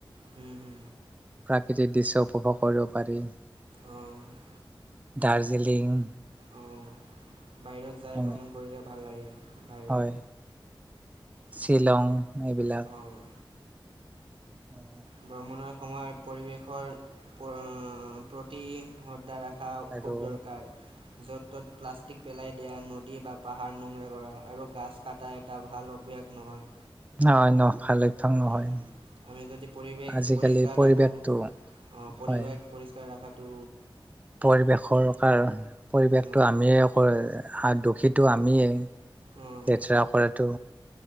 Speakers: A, on the right; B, on the right.
A: হুম-হুম!
B: প্ৰাকৃতিক দৃশ্য উপভোগ কৰিব পাৰি।
A: অঁ
B: দাৰ্জিলিং
A: উম! বাহিৰত যায়
B: এনে
A: ভ্ৰমণ কৰিলে ভাল লাগে। বাহিৰত
B: হয়, শ্বিলং এইবিলাক।
A: উম!
B: অঁ!
A: ভ্ৰমণৰ সময়ত পৰিৱেশৰ পৰা অঁ প্ৰতি <unintelligible> ৰাখা
B: আৰু
A: খুব দৰকাৰ। য'ত-তত প্লাষ্টিক পেলাই দিয়া, নদী বা পাহাৰ নোংৰা কৰা আৰু গাছ কাটাই এটা ভাল অভ্যাস নহয়।
B: নহয় নহ ভালে। অভ্যাস নহয়।
A: উম, আমি যদি পৰিৱেশ
B: আজিকালি
A: পৰিষ্কাৰ
B: পৰিৱেশটো
A: ৰাখোঁ অঁ, পৰিৱেশ
B: হয়।
A: পৰিষ্কাৰ ৰাখাটো
B: পৰিৱেশৰ কাৰ পৰিৱেশটো
A: অঁ,
B: আমিয়েই হাত দুখীটো আমিয়েই।
A: অঁ।
B: লেতেৰা কৰাটো